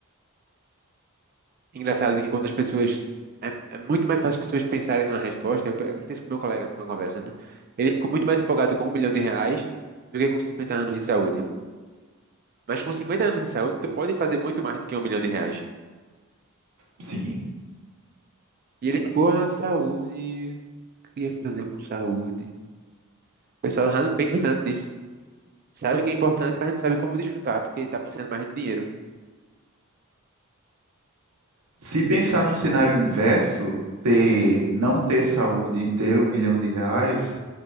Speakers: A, on the right (about 40°); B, on the right (about 80°).
A: Engraçado que quando as pessoas. É, é muito mais fácil as pessoas pensarem numa resposta. Eu, eu pensei pro meu colega numa conversa, né? Ele ficou muito mais empolgado com um milhão de reais do que com 50 anos de saúde. Mas com 50 anos de saúde, tu pode fazer muito mais do que um milhão de reais.
B: Sim.
A: E ele ficou, ah, saúde, o que eu ia fazer com saúde? O pessoal já não pensa tanto nisso. Sabe que é importante, mas não sabe como desfrutar, porque está pensando mais no dinheiro.
B: Se pensar no cenário inverso, ter, não ter saúde e ter um milhão de reais,